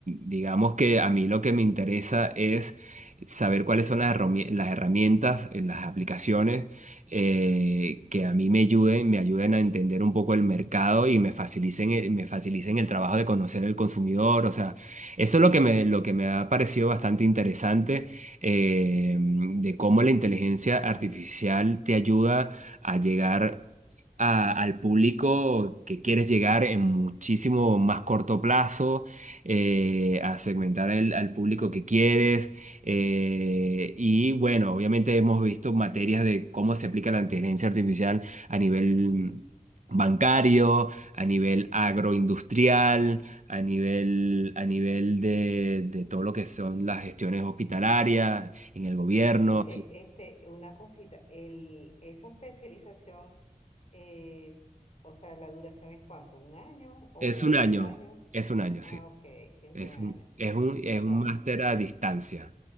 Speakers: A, on the right (about 60°); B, on the left (about 50°).
A: digamos que a mí lo que me interesa es saber cuáles son las herrami- las herramientas, eh, las aplicaciones eh, que a mí me ayuden, me ayuden a entender un poco el mercado y me facilicen, el- me facilicen el trabajo de conocer el consumidor. O sea, eso es lo que me, lo que me ha parecido bastante interesante, eh, de cómo la inteligencia artificial te ayuda a llegar a- al público que quieres llegar en muchísimo más corto plazo, eh, a segmentar el- al público que quieres, eh, y bueno, obviamente hemos visto materias de cómo se aplica la inteligencia artificial a nivel bancario, a nivel agroindustrial, a nivel, a nivel de, de todo lo que son las gestiones hospitalarias, en el gobierno.
B: Ok,
A: Sí.
B: este, una cosita, el, esa especialización, eh, o sea, la duración es cuánto, ¿un año o
A: Es un año,
B: dos años?
A: es un año,
B: Ah,
A: sí.
B: ok, es
A: Es
B: un año.
A: un, es un,
B: Exacto.
A: es un máster a distancia.